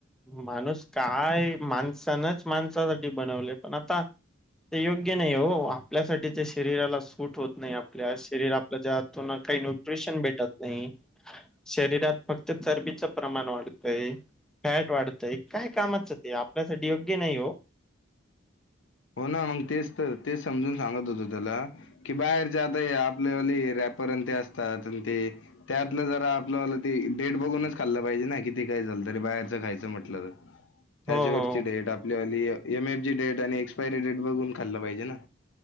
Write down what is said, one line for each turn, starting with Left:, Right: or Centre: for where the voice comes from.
Centre: माणूस काय माणसानच माणसासाठी बनवले पण आता ते योग्य नाही हो आपल्यासाठी ते शरीराला सूट होत नाही आपल्या शरीर आपल्याच्या हातून काही न न्यूट्रीशन भेटत नाही शरीरात फक्त चरबीच प्रमाण वाढतय फॅट वाढत आहे काय कामाचं ते आपल्यासाठी योग्य नाही हो
Left: हो ना मग तेच तर तेच समजून सांगत होतो त्याला की बाहेरचे आता हे आपल्यावाली रॅपर अन ते असतात अन् ते त्यातलं जरा आपल्याल ते डेट बघूनच खाल्लं पाहिजे ना कि ते काय झालं तरी बाहेरचं खायचं म्हटलं तर
Centre: <unintelligible>
Left: त्याच्यावरची
Centre: हो.
Left: डेट आपली वली एम एफ ची डेट आणि एक्सपायरी डेट बघून खाल्ल पाहिजे ना